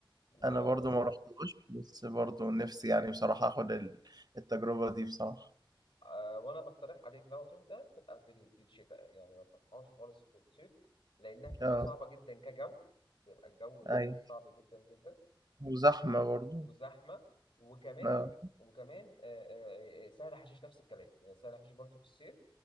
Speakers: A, on the left; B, on the right.
A: و...
B: انا برضو ما رحتهاش بس برضو نفسي يعني بصراحه اخد ال- التجربه دي بصراحه
A: آه، وانا بقترح عليك لو تروح ده تبقى في ال- في الشتاء يعني ما تروحهاش خالص في الصيف لانها بتبقى
B: اه
A: صعبه جدا كجو بيبقى الجو هناك
B: ايوه
A: صعب جدا جدا
B: وزحمة برضه.
A: وزحمه وكمان
B: آه،
A: وكمان آه، آه، آه، سهل حشيش نفس الكلام يعني سهل حشيش برضه في الصيف